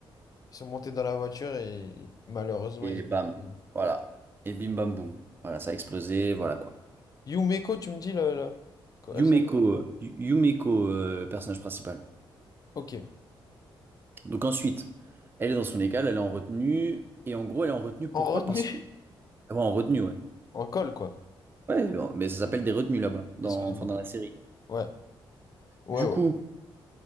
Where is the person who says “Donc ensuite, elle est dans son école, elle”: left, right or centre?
Right